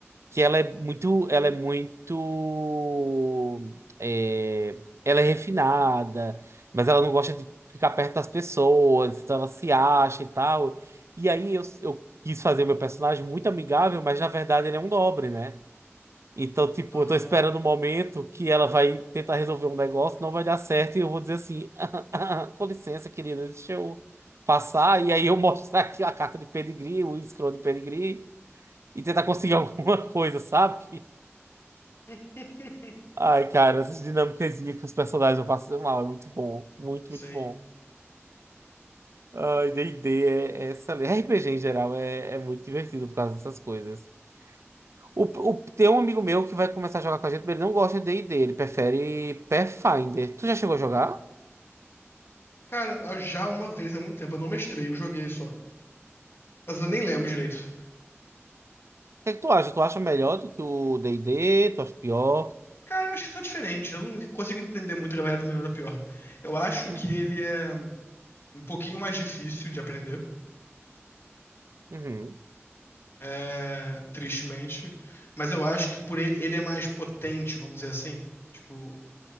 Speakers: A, on the right; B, on the left.
A: que ela é muito, ela é muito, é, ela é refinada, mas ela não gosta de ficar perto das pessoas, então ela se acha e tal. E aí eu, eu quis fazer meu personagem muito amigável, mas na verdade ele é um nobre, né? Então, tipo,
B: Aham.
A: eu tô esperando o momento que ela vai tentar resolver um negócio, não vai dar certo, e eu vou dizer assim, <laughs> com licença, querida, deixa eu passar, e aí eu mostrar aqui a carta de pedigree, o escroto de pedigree, e tentar conseguir <laughs> alguma coisa, sabe?
B: <laughs>
A: Ai, cara, essas dinâmicas com os personagens eu passo mal, é muito bom. Muito,
B: Sim.
A: muito bom. Ai, D&D é, é excelente. RPG em geral é, é muito divertido por causa dessas coisas. O, o- tem um amigo meu que vai começar a jogar com a gente, mas ele não gosta de D&D, ele prefere Pathfinder. Tu já chegou a jogar? O
B: Cara, já uma vez há muito tempo, eu não mestrei, eu joguei só. Mas eu nem lembro direito.
A: que é que tu acha? Tu acha melhor do que o D&D? Tu acha pior?
B: Cara, eu acho que eu sou diferente. Eu não consigo entender muito a galera do melhor ou pior. Eu acho
A: Uhum,
B: que ele é um pouquinho mais difícil de aprender,
A: uhum.
B: é, tristemente. Mas eu acho que por ele, ele é mais potente, vamos dizer assim. Tipo,